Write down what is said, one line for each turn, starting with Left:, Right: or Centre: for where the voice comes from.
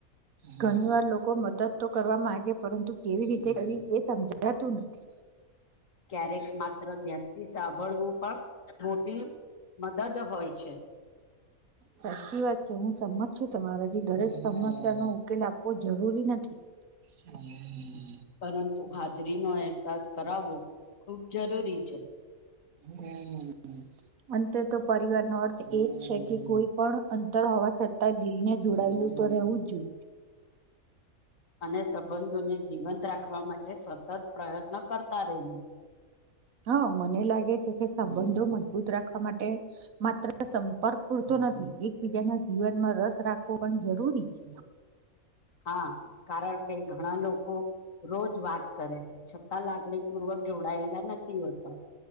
Right: ઘણી વાર લોકો મદદ તો કરવા માંગે પરંતુ કેવી રીતે કર એ સમજાતું નથી
Left: ક્યારેક માત્ર ધ્યાનથી સાંભળવું પણ મોટી મદદ હોય ્ છેી
Right: સાચી વાત છે હું સમજ છું તમારાથી દરેક સમસ્યા નો ઉકેલ આપવો જરૂરી નથી હમ
Left: પરંતુ હાજરીનોો અહેસાસ કરાવવો ખૂબ જરૂરી છે
Right: હમ અંતે તો પરિવાર નો અર્થ એ જ છે કે કોઈ પણ અંતર હોવા છતાં દિલને જોડાય હું તો રહેવું જ છું
Left: અને સંબંધોને જીવંત રાખવા માટે સતત પ્રયત્ન કરતા રહેવું
Right: હા મને લાગે છે કે સંબંધો મજબૂત રાખવા માટે માત્ર સંપર્ક પૂરતો નથી એકબીજાના જીવનમાં રસ રાખવો પણ જરૂરી છે
Left: હા કારણ કે ઘણા લોકો રોજ વાત કરે છે છતાં લાગણી પૂર્વક જોડાયેલા નથી હોતા